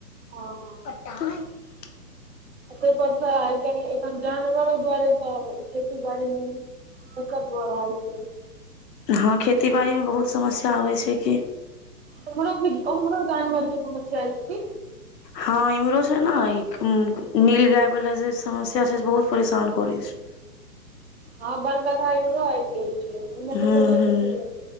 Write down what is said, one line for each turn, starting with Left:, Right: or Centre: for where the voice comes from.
Right: हँ
Left: पटाइ <inaudible>
Right: तइ पर स एखन जानवरो दुआरे त खेती बाड़ी दिक्कत भ रहल छै
Left: हँ खेती बाड़ी मे बहुत समस्या आबै छै कि
Right: उम्हरो भी उम्हरो जानवर के समस्या ऐछ कि
Left: हँ इम्हरोसँ ने इ उम नील गायवला जे समस्या छै से बहुत परेशान करै छै
Right: हँ बनगदहा इमरो आइब गएल छै इम्हर
Left: हूँ
Right: त मे
Left: हूँ
Right: त कह